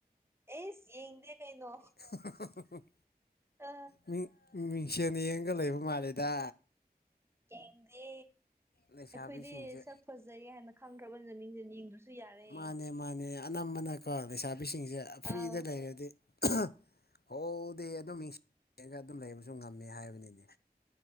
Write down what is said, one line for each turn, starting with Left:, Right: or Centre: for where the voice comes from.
Right: ꯑꯦꯁ ꯌꯦꯡꯗꯦ ꯀꯩꯅꯣ
Left: <unintelligible>
Right: ꯑ
Left: ꯃꯤ ꯃꯤ ꯁꯤꯟ ꯌꯦꯡꯒ ꯂꯩꯕ ꯃꯥꯜꯂꯤꯗ꯫
Right: ꯌꯦꯡꯗꯦ
Left: ꯂꯩꯁꯥꯕꯤꯁꯤꯡꯁꯦ
Right: ꯑꯩꯈꯣꯏꯗꯤ ꯁꯛ ꯐꯖꯩ ꯍꯥꯏꯅ ꯈꯪꯈ꯭ꯔꯕꯅꯤꯅ ꯃꯤꯡꯁꯦ ꯌꯦꯡꯗ꯭ꯔꯁꯨ ꯌꯥꯔꯦ
Left: ꯃꯥꯅꯦ ꯃꯥꯅꯦ ꯑꯅꯝꯕꯅꯀꯣ ꯂꯩꯁꯥꯕꯤꯁꯤꯡꯁꯦ ꯐ꯭ꯔꯤꯗ
Right: ꯑꯥ
Left: ꯂꯩꯔꯗꯤ <unintelligible> ꯍꯣꯗꯤ ꯑꯗꯨꯝ ꯅꯤꯡꯁꯤꯡꯉꯒ ꯑꯗꯨꯝ ꯂꯩꯕꯁꯨ ꯉꯝꯃꯦ ꯍꯥꯏꯕꯅꯤꯅꯦ꯫